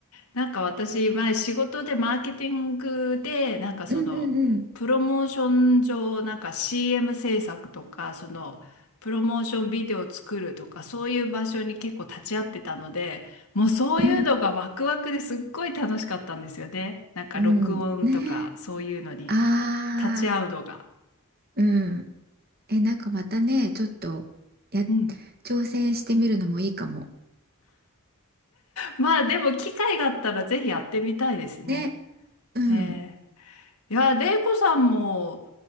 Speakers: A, on the left; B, on the right.
A: なんか私前仕事でマーケティングでなんかそのプロモーション上なんか
B: うんうん。
A: CM 制作とかそのプロモーションビデオを作るとかそういう場所に結構立ち会ってたので、もうそういうのがワクワクですっごい楽しかったんですよね。
B: うん。
A: なんか録音とかそういうのに
B: うん。ねあ
A: 立ち会うのが。
B: あー。うん。え、なんかまたね、ちょっとや、
A: うん
B: 挑戦してみるのもいいかも。
A: まあでも機会があったらぜひやってみたいですね。
B: ね。うん。
A: ねえ。いや、玲子さんも、